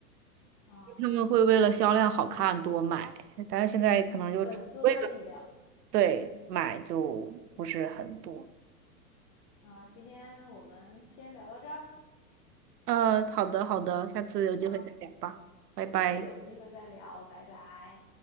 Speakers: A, on the left (about 35°); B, on the right (about 75°).
A: 啊，
B: 他们会为了销量好看多买。
A: 原来
B: 但是现在可能就出为了
A: 粉丝的力量
B: 对买就不是很多。
A: 啊！今天我们先聊到这儿
B: 呃，好的好的，下次有机会再聊吧，
A: 啊，
B: 拜拜。
A: 下次有机会再聊，拜拜。